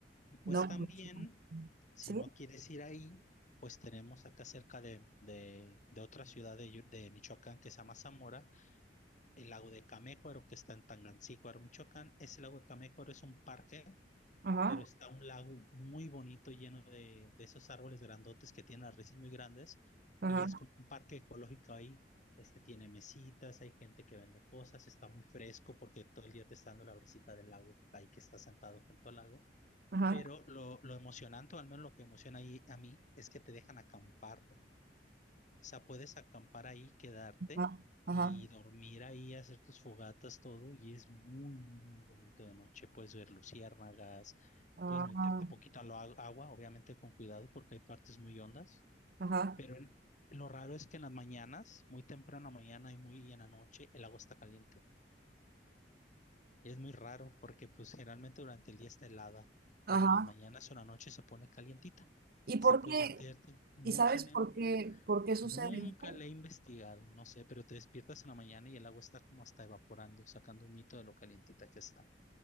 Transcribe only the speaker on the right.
No,
pues,
sí,
ajá,
ajá,
ajá,
ajá,
ajá,
ah,
ajá,
ajá.
¿Y
por
qué?
¿Y sabes
por qué,
por qué sucede
esto?